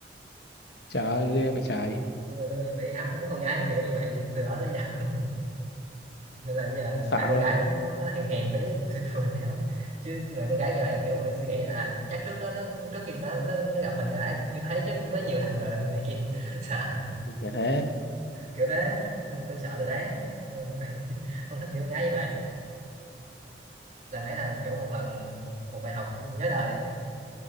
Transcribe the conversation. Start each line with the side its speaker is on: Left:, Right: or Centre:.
Left: trời ơi ghê vậy trái
Right: nên là tôi bị ám ảnh con gái kiểu như vậy từ đó tới giờ nên là bây giờ
Left: xả
Right: thằng con
Left: luôn
Right: gái nó nó hèn hèn tí thì <laughs> thường cháu chứ chứ mà con gái như vậy kiểu mình suy nghĩ là, à chắc trước đó nó trước khi nó nó, nó gặp mình nó đã như thế chứ với nhiều thằng rồi này kia <laughs> sợ
Left: gì chả thế
Right: kiểu thế nên tôi sợ từ đấy nên là tôi <laughs> không thích kiểu con gái như vậy lần đấy là kiểu một lần một bài học nhớ đời